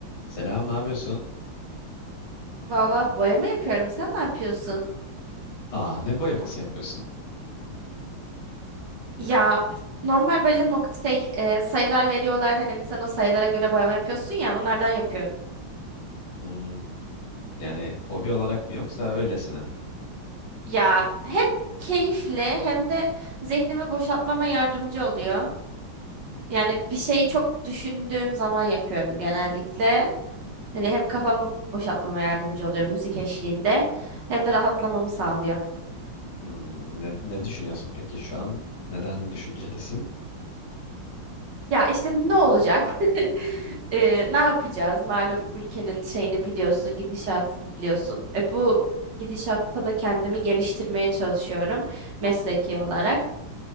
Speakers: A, on the left; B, on the right.
A: Selam, ne yapıyorsun?
B: Valla boyama yapıyorum. Sen ne yapıyorsun?
A: Aa, ne boyaması yapıyorsun?
B: Ya normal böyle nokta şey e, sayılar veriyorlar. Hani sen o sayılara göre boyama yapıyorsun ya onlardan yapıyorum.
A: Hmm, yani hobi olarak mı yoksa öylesine mi?
B: Ya hem keyifli hem de zihnimi boşaltmama yardımcı oluyor. Yani bir şeyi çok düşündüğüm zaman yapıyorum genellikle. Hani hem kafamı boşaltmama yardımcı oluyor müzik eşliğinde hem de rahatlamamı sağlıyor.
A: Hmm, ne, ne düşünüyorsun peki şu an? Neden düşüncelisin?
B: Ya işte ne olacak? <laughs> Ee, ne yapacağız? Malum ülkenin şeyini biliyorsun, gidişatını biliyorsun. E, bu gidişatta da kendimi geliştirmeye çalışıyorum mesleki olarak.